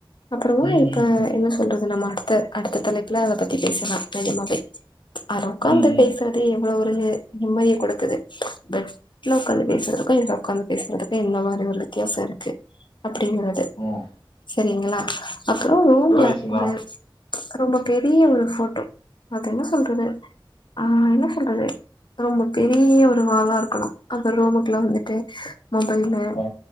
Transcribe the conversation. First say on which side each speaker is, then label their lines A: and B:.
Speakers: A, on the left (about 60°); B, on the left (about 75°).
A: அப்றோ ஊழல்
B: ம்,
A: இப்ப
B: ம்.
A: என்ன சொல்றது நம்ம அடுத்த அடுத்த தலைப்புல அத பத்தி பேசலா நெஜமாவே அதுல உக்காந்து
B: ம், ம்.
A: பேசுறதே எவ்ளோ ஒரு நிம்மதிய கொடுக்குது பட் உள்ள உக்காந்து பேசுறதுக்கு இதுல உக்காந்து பேசுறதுக்கு என்ன மாரி ஒரு வித்தியாசோ இருக்கு அப்டிங்கறது
B: ம்
A: சேரிங்களா அப்றோ ரூம்ல
B: நல்ல விஷயம்
A: ஒரு
B: தான்.
A: ரொம்ப பெரிய ஒரு போட்டோ அது என்ன சொல்றது ஆ என்ன சொல்றது ரொம்ப பெரிய ஒரு வாலா இருக்கணு அந்த ரூமுக்குள்ள வந்துட்டு மொபைல்லு
B: ஆ.